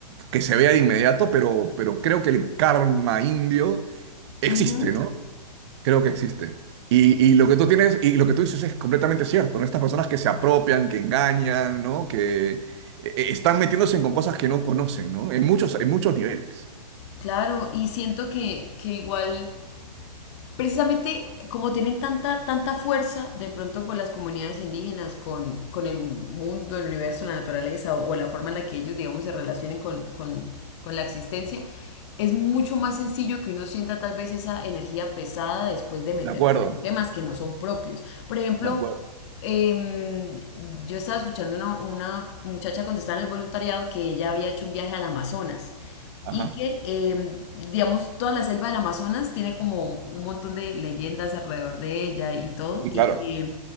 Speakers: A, on the right (about 40°); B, on the left (about 40°).
A: que se vea de inmediato, pero, pero creo que el karma indio Existe,
B: Ujú.
A: ¿no? Creo que existe. Y, y lo que tú tienes, y lo que tú dices es completamente cierto, ¿no? Estas personas que se apropian, que engañan, ¿no? Que eh, eh, están metiéndose con cosas que no conocen, ¿no? En muchos, en muchos niveles.
B: Claro, y siento que, que igual precisamente como tienen tanta, tanta fuerza de pronto con las comunidades indígenas, con, con el mundo, el universo, la naturaleza o, o, la forma en la que ellos, digamos, se relacionen con, con, con, la existencia, es mucho más sencillo que uno sienta tal vez esa energía pesada después de meterse
A: De acuerdo,
B: con temas que no son propios. Por ejemplo,
A: de acuerdo.
B: eh, yo estaba escuchando una, una muchacha contestar en el voluntariado que ella había hecho un viaje al Amazonas
A: Ajá.
B: y que, eh, digamos, toda la selva del Amazonas tiene como un montón de leyendas alrededor de ella y todo,
A: Y
B: y
A: claro.
B: que